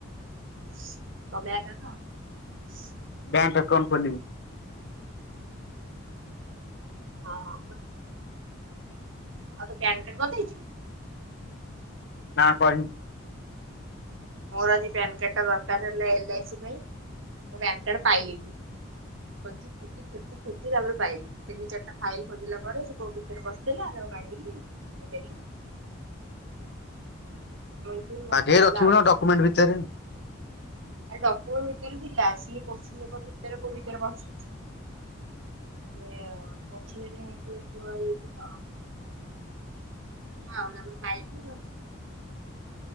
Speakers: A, on the right; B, on the left.
A: <unintelligible>
B: ବ୍ୟାଙ୍କ ଆକାଉଣ୍ଟ ଖୋଲିବି।
A: ହଁ। ଆଉ ତୋ ପ୍ୟାନ କାର୍ଡ ରଖିଚୁ।
B: ନା କହି <unintelligible>
A: ମୋର ଆଜି ପ୍ୟାନ କାର୍ଡ ଟା ଦରକାର ହେଲା ଏ ଲା ଆଇ ସି ପାଇଁ ମୁଁ ପ୍ୟାନ କାର୍ଡ ପାଇଲିି। ଖୋଜି ଖୋଜି। ମୁଁ ଖୋଜିି ତାପରେ ପାଇଲି ତିନି ଚାରିଟା ଫାଇଲ ଖୋଜିଲା ପରେ ସେ କୋଉ ଭିତରେ ବସିଇଲା ଆଉ କାଢିଲି। ଦେଲି <unintelligible>
B: ବାଗେଇ କି
A: ଗଲା
B: ରଖିବୁ
A: ଆଉ
B: ନା ଡକ୍ୟୁମେଣ୍ଟ ଭିତରେ।
A: ଆ ଡକୋମେଣ୍ଟ ଭିତରେ ଥିଲା ସିଏ କିଶ୍ଚିନ୍ ପେପର୍ ଭିତରେ କୋଉ ଭିତରେ <unintelligible> ସେ <unintelligible> ହଁ। ହଁ ତାପରେ ପାଇଲି